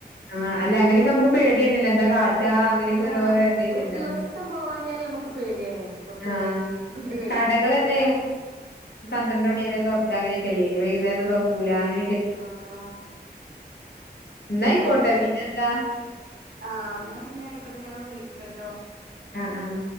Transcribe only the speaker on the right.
ആഹ്
ഒരു ദിവസം പോവാഞ്ഞാല് നമുക്ക് പേടിയാണ് പുറത്തു
പോയി എന്തെങ്കിലും കൊണ്ട് കയ്യിൽ
അതാണ്
അ ആ
എന്താന്നറിയോ
ആ ന്നാ പിന്നെ അയ്ക്കോട്ടെ ഞാൻ വിളിക്കട്ടോ